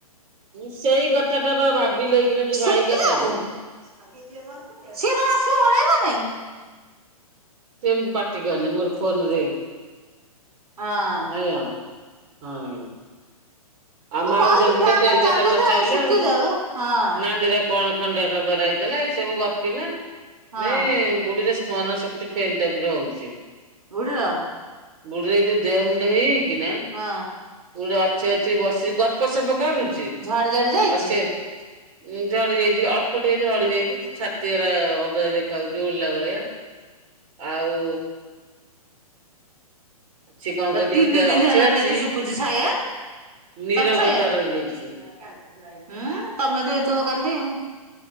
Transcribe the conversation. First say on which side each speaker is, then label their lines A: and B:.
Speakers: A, on the right; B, on the right.
A: ସେଇ କଥା ଟା ବା ଭାବିିଲେଇକିନା ଯୋଉ ଭାଇ
B: ଶୁଖିଯାଉ
A: କଥାରୁ।
B: <unintelligible> <unintelligible> ଆସିବ ଅଳେଇବ ନାଇଁ?
A: ତୁ ଏମତି ପାଟିକରନି ମୋର ଫୋନ ରେ।
B: ହଁ।
A: ହାଲୋ ହଁଇଁ। ଆଉ
B: ମୁଁ
A: ମାଉସୀ
B: କହୁଛି
A: ଯ
B: ଫ୍ୟାନ
A: ତ ତିରି
B: ଟା
A: କଥା
B: ଚାଲିଥାଉ
A: ପଚାରିଲେ
B: ଶୁଖିଯାଉ
A: ଆଉ
B: ହଁ।
A: ନାଡିରେ କଣ ଖଣ୍ଡିଆ ଖବର ହେଇଥିଲା ଏଇ ସବୁ ଗପିଲା
B: ହଁ
A: ନେ ବୁଢ଼ୀ ରେ ମର ସପ୍ଟେ ଫେଲ ଟାଇପର ହଉଛି।
B: ବୁଝିଲ।
A: ବୁଢୀରେ ଯୋଉ ଦେହ ମୁଣ୍ଡ ହେଇଯାଇକି ନା
B: ହଁ
A: ବୁଡା ଅଛେ ବସି ଗପସପ କରୁଛି
B: ଝଡି ଝଡି ଯାଇଛି।
A: ଅଛି। ଉଁ ଝଡି ଯାଇଛି ଅଳ୍ପ ଟିକେ ଝଡି ଯାଇଛି। ଛାତିଏରା ଅବୟ ଦେଖା ହଉଛି ଓଲିଲା ଭଳିଆ ଆଉ ସିଏ କଣ
B: ଠ
A: କରୁଛି
B: ତିନି
A: ଟିକେ
B: ଦିନ
A: ଅଛି
B: ହେଲାନି
A: ଅଛି
B: ଏଇଠେ ସୁକୁୁଚି ସାୟା
A: ନିରବତା
B: ତମ ସାୟା।
A: ରହିଯାଇଛି
B: ଉଁ ତମେ ଦେଇଥିବ କାଲି।